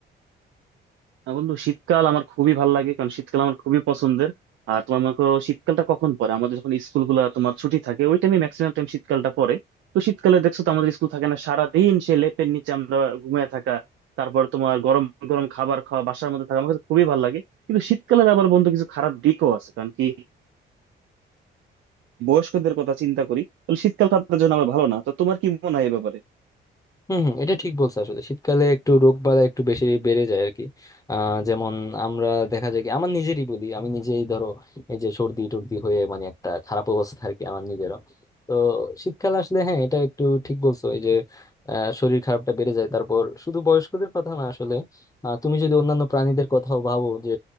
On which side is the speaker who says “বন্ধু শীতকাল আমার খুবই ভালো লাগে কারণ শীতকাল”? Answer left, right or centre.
Right